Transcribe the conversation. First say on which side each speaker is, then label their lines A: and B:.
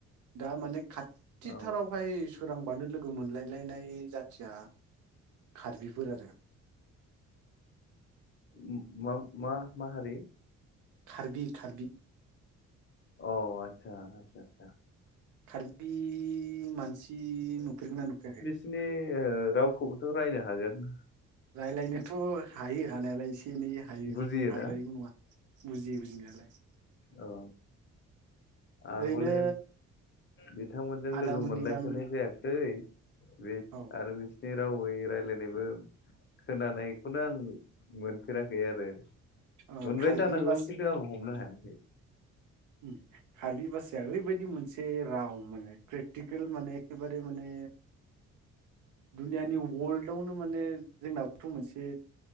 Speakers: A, on the right; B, on the left.
A: दा माने खाथिथारावहाय
B: औ
A: सोरांबानो लोगो मोनलायलायनाय जाथिया खार्बिफोर आरो।
B: उम मा मा मा हारि?
A: खार्बि खार्बि।
B: अ आदसा आदसा आदसा।
A: खार्बि मानसि नुफेरगोना नुफेराखै?
B: सिनि ओ रावखौबोथ' रायनो हागोन।
A: रायलायनोथ' हायो हानायालाय इसे एनै हायो
B: बुजियोना
A: हाद्रायिबो नङा। बुजियो बुजिनायालाय।
B: औ आं
A: ओरैनो
B: हले बिथांमोनजों
A: आदामोननि
B: लोगो मोनलायफेरनाय
A: गामि
B: जायासै। बे
A: औ
B: आरो बे नि रावै रायलायनायबो खोनानायखौनो आं मोनफेराखै आरो।
A: ओ
B: मोनबाय
A: कार्बि
B: जानांगौ
A: बास
B: खिन्थु आं हमनो
A: उम
B: हायाखै।
A: उम। कार्बि भासाया ओरैबायदि मोनसे राव माने क्रिटिकेल माने एखेबारे माने दुनियानि वर्ल्डआवनो माने जोंनाबोथ' मोनसे